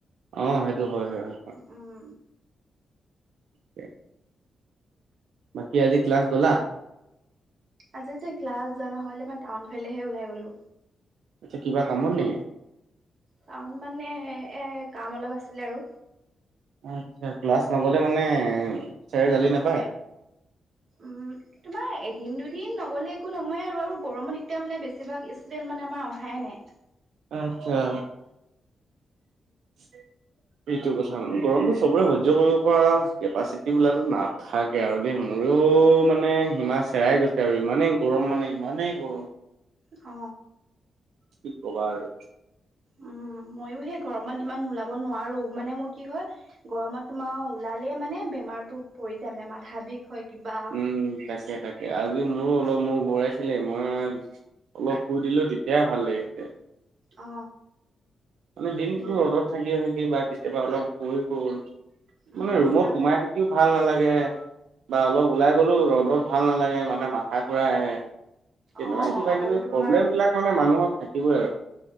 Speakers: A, on the right; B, on the right.
A: অ সেইটো হয় হয় হয় হয়।
B: উম।
A: ম বাকী আজি ক্লাছ গলা?
B: আজি যে ক্লাছ যোৱা নহলে মই টাউন ফালেহে ওলাই গলো।
A: এয়া কিবা কামত নেকি?
B: কাৰন মানে এ কাম অলপ আছিলে আৰু।
A: আচ্ছা ক্লাছ নগ'লে মানে ছাৰে গালি নাপায়?
B: অ আমাৰ এদিন দুদিন নগলে একো নহয় আৰু আৰু গৰমত এতিয়া মানে বেছিভাগ ষ্টুডেন্ট মানে আমাৰ অহাই নাই।
A: আটচা। উম। সেইটো কথা মানে গৰমতটো চবৰে সহ্য কৰিব পৰা কেপাচিটি বুলাটো নাথাকে আৰু দেই মোৰ। আৰু মানে সীমা হেৰাই গৈছে আৰু ইমানেই গৰম মানে ইমানেই গৰম
B: অ।
A: কি কবা আৰু।
B: অ। মইও সেই গৰমত ইমান ওলাব নোৱাৰো মানে মোৰ কি হয় গৰমত তোমাৰ ওলালে মানে ব বেমাৰটো পৰি যায় মানে মাঠা বিষ হয়। কিবা
A: উম তাকে তাকে আজি মোৰো অলপ মোৰ ঘূৰাইছিলে মই অলপ শুই দিলো তেতিয়ে ভাল লাগিছে।
B: অ!
A: মানে দিনতো
B: বুক
A: ৰ'দত থাকি থাকি বা কেতিয়াবা অলপ বৈ গল
B: উম,
A: মানে ৰুমত
B: আৰু
A: সোমাই থাকিও ভাল নালাগে। বা অলপ ওলাই গ'লো ৰ'দত ভাল নালাগে মানে মাথা ঘুৰাই আহে। তেনেকুৱা
B: অ',
A: কিবা কিবি
B: আৰু তোমাৰ
A: প্ৰব্লেম বিলাক মানে মানুহৰ থাকিবই আৰু।